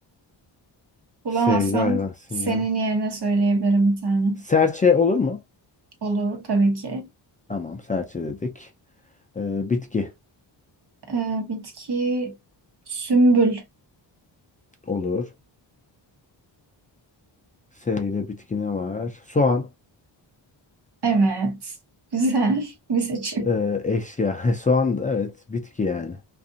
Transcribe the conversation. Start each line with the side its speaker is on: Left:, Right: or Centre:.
Right: Bulamazsam
Left: Seyle hayvan. Sincap.
Right: senin yerine söyleyebilirim bir tane.
Left: Serçe olur mu?
Right: Olur tabii ki.
Left: Tamam. Serçe dedik. Ee, bitki
Right: Ee, bitki sümbül.
Left: olur. Seyle bitki ne var? Soğan.
Right: Evet. Güzel <laughs> bir seçim.
Left: Ee, eşya. <laughs> Soğan da evet. Bitki yani.